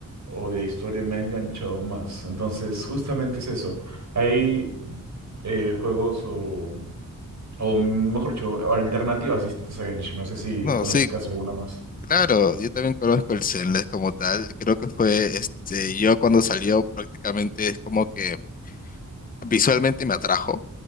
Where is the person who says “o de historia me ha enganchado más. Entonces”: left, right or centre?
Right